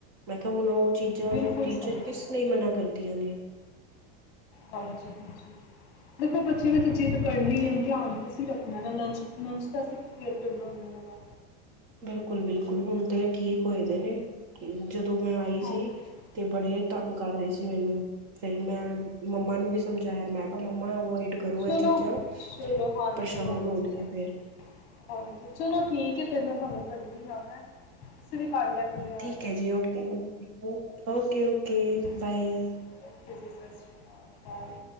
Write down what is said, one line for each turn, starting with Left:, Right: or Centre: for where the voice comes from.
Right: ਮੈਂ ਕਿਹਾ ਹੁਣ ਉਹ ਚੀਜ਼ਾਂ
Left: ਹਮ, ਬਿਲਕੁਲ
Right: ਫਿਰ ਟੀਚਰ
Left: ਸਹੀ
Right: ਕਿਸ
Left: ਹੈ
Right: ਲਈ ਮਨਾ ਕਰਦੀਆਂ ਨੇ
Left: ਹਾਂਜੀ ਹਾਂਜੀ ਦੇਖੋ ਬੱਚੇ ਨੇ ਤਾਂ ਜਿੱਦ ਕਰਨੀ ਆ ਧਿਆਨ ਤਾਂ ਅਸੀਂ ਰੱਖਣਾ ਨਾ ਲੰਚ- ਲੰਚ ਤਾਂ ਅਸੀਂ ਰ ਕਰਨਾ ਹੁੰਦਾ ਉਹਨਾਂ ਦਾ
Right: ਬਿਲਕੁਲ- ਬਿਲਕੁਲ ਹੁਣ ਤੇ ਠੀਕ ਹੋਏ ਦੇ ਨੇ ਜਦੋਂ ਮੈਂ ਆਈ
Left: ਹਾਂ
Right: ਸੀ।
Left: ਹਾਂ
Right: ਤੇ ਬੜੇ ਤੰਗ ਕਰ ਰਹੇ ਸੀ ਮੈਨੂੰ ਫਿਰ ਮੈਂ ਮੰਮਾ ਨੂੰ ਵੀ ਸਮਝਾਇਆ ਮੈਂ ਕਿਹਾ ਮੰਮਾ ਅਵੋਇਡ ਕਰੋ
Left: ਚਲੋ-
Right: ਇਹ ਚੀਜ਼ਾਂ
Left: ਚਲੋ ਹਾਂਜੀ-
Right: ਪਰੇਸ਼ਾਨ
Left: ਹਾਂਜੀ-
Right: ਹੋਣਗੇ
Left: ਹਾਂਜੀ।
Right: ਫੇਰ
Left: ਹਾਂਜੀ ਚਲੋ ਠੀਕ ਹੈ ਫਿਰ ਮੈਂ ਤੁਹਾਨੂੰ ਕਰਨੀ ਆ ਹੈ। ਤੁਸੀਂ ਵੀ ਕਰ ਲਿਆ ਤ ਯਾਦ
Right: ਠੀਕ ਹੈ ਜੀ okay okay okay okay
Left: <inaudible>
Right: bye
Left: okay ਜੀ ਸਤਿ ਸ਼੍ਰੀ ਅਕਾਲ ਬਾਏ।